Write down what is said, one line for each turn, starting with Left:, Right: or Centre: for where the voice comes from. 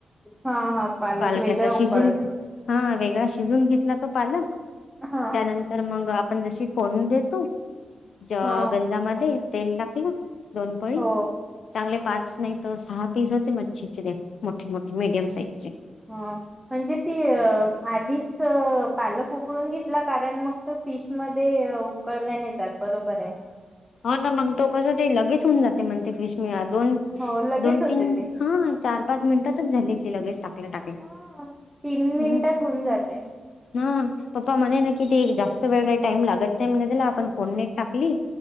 Centre: हा हा पालक
Left: पालकाचा
Centre: वेगळा
Left: शिजून
Centre: उकळ
Left: हा वेगळा शिजून घेतला तो पालक
Centre: हा
Left: त्यानंतर तर मग आपण जशी फोडणी देतो ज
Centre: हा
Left: गंजामध्ये तेल टाकलं दोन पळी
Centre: हो
Left: चांगले पाच नाही तर सहा पीस होते मच्छीचे मोठे, मोठे मीडियम साईजचे.
Centre: ह म्हणजे ती अ आधीच पालक उकळून घे कारण मग मस्त तो फिश मध्ये उकळल्या नाही जात बरोबर आहे.
Left: हा न मग तो कस ते लगेच होऊन जाते म्हणते फिश मिळात दोन
Centre: हो लगेच
Left: दोन,
Centre: होते
Left: तीन
Centre: ते
Left: हा चार, पाच मिनिटातच झाली हो ती लगेच टाकल्या, टाकल्या
Centre: हा, तीन मिनिटात
Left: हम्म
Centre: होऊन जाते.
Left: हा पप्पा म्हणे ना किती जास्त वेळ काही टाईम लागत नाही म्हणे त्याला आपण फोडणी टाकली